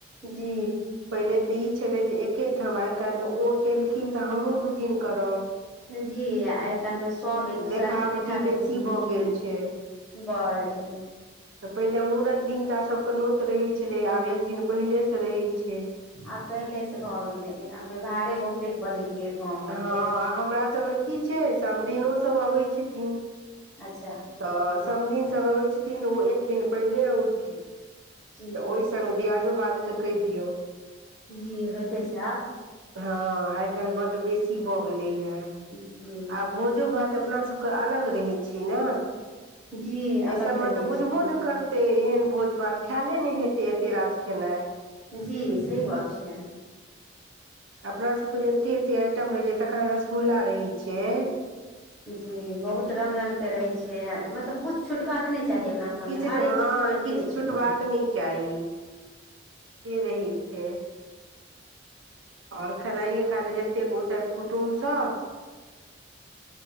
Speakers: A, in the centre; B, on the right.
A: जी
B: पहिले तऽ ई छलै जे एके ठाम आइ काल्हि ओ केलखिन तऽ हमहूँ दू दिन करब
A: जी आइ काल्मे सब एक दूसराके
B: देखावटी
A: देखा देखी
B: बेसी भऽ गेल छै
A: बड्ड
B: तऽ पहिले मूड़न दिनट सभके नोत रहैत छलै आब एक दिन पहिलेसँ रहैत छै
A: आब पहिले से भए गेले आब व्यवहारे बहुते बदल गेल गाँव घर
B: हँ
A: के
B: हमरा सभमे की छै समघिनोसभ अबैत छथिन
A: अच्छा
B: तऽ समघिन सभ अबै छथिन तऽ ओ एक दिन पहिले उथिन
A: जी
B: तऽ ओहि सङ्ग दियादो बादके कहि दियौ
A: जी होइते छै आब
B: हँ आइ काल्हि बड्ड बेसी भऽ गेले या
A: जी
B: आ भोजो भात तऽ अपना सबके अलग रहै छै ने
A: जी अलग
B: ऐ सबमे
A: रहै
B: तऽ बुझबो
A: छै
B: ने करते एहन भोज भात खायले ने हेतै एते राज खेनाइ
A: जी सही गप्प छै
B: अपनासभके एतेक एतेक आइटम रहै छै तखन रसगुल्ला रहै छै
A: जी बहुत रंग रंग के रहै छियै मतलब किछु छुटबाक नहि चाही अपना सबमे
B: किछु
A: हरेक
B: हँ
A: चीज पढ़िते
B: किछु
A: छै
B: छूटबाक नहि चाही से रहै छै आओर खेनाइए खा ले जतेक ओत कुटुम्सभ